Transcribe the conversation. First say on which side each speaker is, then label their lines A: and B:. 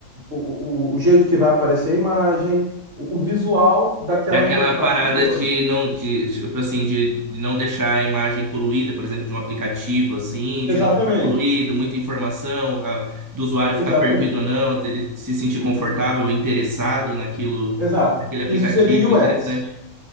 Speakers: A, on the right; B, on the right.
A: o, o, o jeito que vai aparecer a imagem, o, o visual daquela
B: É aquela
A: interface
B: parada
A: toda.
B: de não, de, tipo assim, de, de não deixar a imagem poluída, por exemplo, de um aplicativo, assim,
A: Exatamente,
B: de não deixar poluído, muita informação, a- do usuário
A: exatamente,
B: ficar perdido ou não, dele se sentir confortável, interessado naquilo,
A: exato.
B: naquele aplicativo,
A: Isso seria UX.
B: é interessante.